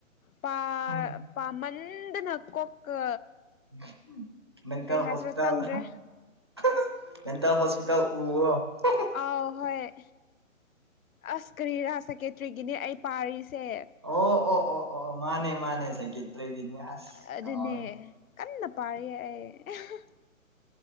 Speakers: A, on the left; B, on the right.
A: ꯄꯥ
B: ꯎꯝ
A: ꯄꯥꯃꯟꯗꯅ ꯀꯣꯛꯀ
B: <unintelligible> ꯃꯦꯟꯇꯦꯜ
A: ꯀꯩ ꯍꯥꯏꯁꯤꯔꯥ
B: ꯍꯣꯁꯄꯤꯇꯥꯜ
A: ꯆꯪꯗ꯭ꯔꯦ
B: <unintelligible> ꯃꯦꯟꯇꯦꯜ ꯍꯣꯁꯄꯤꯇꯥꯜ ꯎꯕ꯭ꯔꯣ <unintelligible>
A: ꯑꯥꯎ ꯍꯣꯏ ꯑꯁ ꯀꯔꯤꯔ ꯁꯥꯏꯀꯦꯇ꯭ꯔꯤꯒꯤꯅꯦ ꯑꯩ ꯄꯥꯔꯤꯁꯦ
B: ꯑꯣ ꯑꯣ ꯑꯣ ꯑꯣ ꯃꯥꯅꯦ ꯃꯥꯅꯦ ꯁꯥꯏꯀꯦꯇ꯭ꯔꯤꯒꯤꯅꯦ ꯑꯥꯁ
A: ꯑꯗꯨꯅꯦ
B: ꯀꯥꯎꯋꯦ
A: ꯀꯟꯅ ꯄꯥꯔꯤꯌꯦ ꯑꯩ <unintelligible>